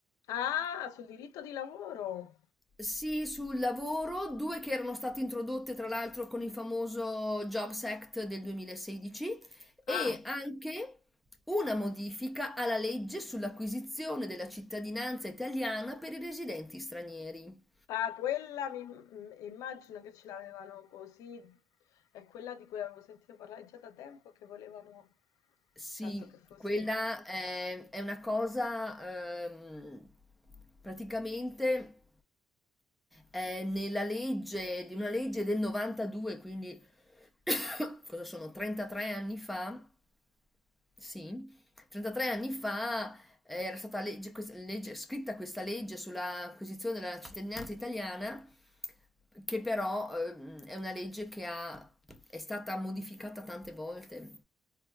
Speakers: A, on the left; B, in the centre.
A: Ah, sul diritto di lavoro.
B: Sì, sul lavoro, due che erano state introdotte tra l'altro con il famoso Jobs Act del 2016 e
A: Ah,
B: anche una modifica alla legge sull'acquisizione della cittadinanza italiana per i residenti stranieri.
A: ah, quella mi m- immagino che ce l'avevano così. È quella di cui avevo sentito parlare già da tempo che volevano,
B: Sì,
A: esatto, che fosse
B: quella è, è una cosa ehm, praticamente eh, nella legge, di una legge del 92, quindi <coughs> cosa sono 33 anni fa Sì, 33 anni fa eh, era stata legge- questa- legge- scritta questa legge sull'acquisizione della cittadinanza italiana, che però ehm, è una legge che ha- è stata modificata tante volte,